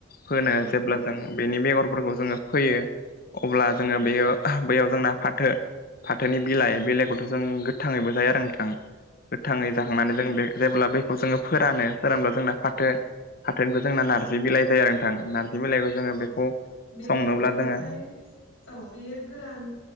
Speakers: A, on the left; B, on the left.
A: फोनो
B: औ नंगौ
A: जेब्ला जों बेनि बेगरफोरखौ जोङो फोयो अब्ला
B: औ
A: जोङो बेयो। बैयाव जोंना फाथो फाथोनि बिलाइ बिलाइखौथ' जों गोथाङैबो जायो आरो नोंथां। गोथाङै जाखांनानै
B: औ
A: जों बे जेब्ला बखौ जोङो फोरानो। सोर होनबा जोंना फाथो
B: औ
A: फाथोनिबो जोंना नारजि बिलाइ जायो आरो नोंथां। नारजि बिलाइखौ जोङो
B: औ
A: बेखौ
B: बेखो
A: संनोब्ला
B: बेहाय
A: जोङो।
B: औ बेयो गोरान